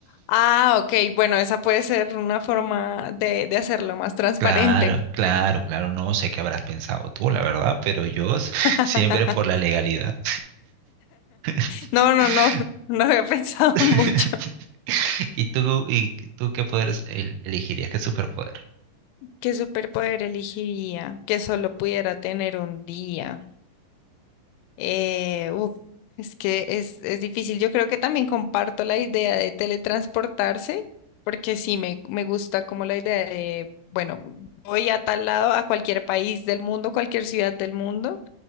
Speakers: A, on the left; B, on the right.
A: Ah, ok, bueno, esa puede ser una forma de, de hacerlo más transparente.
B: Claro, claro, claro, no sé qué habrás pensado tú, la verdad, pero yo s-
A: <laughs>
B: siempre por la legalidad. <laughs>
A: No, no, no, no había <laughs> pensado
B: <laughs>
A: mucho.
B: ¿Y tú, y tú qué poderes el- elegirías? ¿Qué superpoder?
A: ¿Qué superpoder elegiría que solo pudiera tener un día? Eh, uf, es que es, es difícil. Yo creo que también comparto la idea de teletransportarse, porque sí me, me gusta como la idea de, bueno, voy a tal lado, a cualquier país del mundo, cualquier ciudad del mundo,